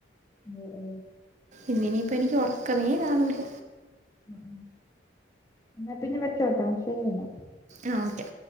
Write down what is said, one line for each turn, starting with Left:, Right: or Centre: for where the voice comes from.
Left: ഉം ഉം
Right: ഇന്നിനിയിപ്പം എനിക്ക് ഒറക്കമേ കാണൂല്ല.
Left: ഉം ഉം എന്നാ പിന്നെ വെച്ചോട്ടോ ശരിയെന്ന.
Right: ആഹ് ഓക്കെ.